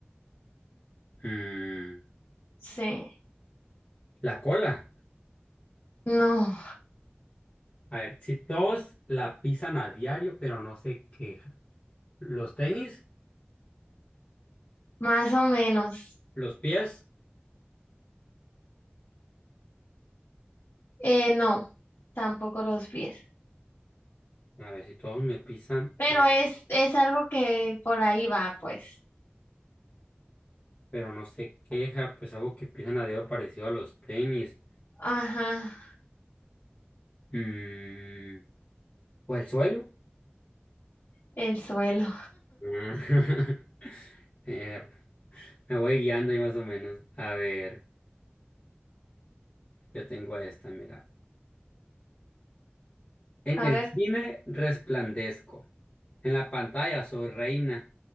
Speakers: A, on the left (about 30°); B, on the left (about 70°).
A: Mm,
B: Sí.
A: la cola.
B: No,
A: A ver, si todos la pisan a diario, pero no se quejan. Los tenis,
B: más o menos.
A: los pies.
B: Eh, no, tampoco los pies.
A: A ver, si todos me pisan,
B: Pero
A: a-
B: es, es algo que por ahí va, pues.
A: pero no se queja, pues algo que pisan a diario parecido a los tenis.
B: Ajá,
A: Mm, o el suelo.
B: el suelo.
A: Ah, <laughs> Eh, me voy guiando ahí más o menos. A ver, yo tengo esta, mira. En
B: A
A: el
B: ver,
A: cine resplandezco. En la pantalla soy reina.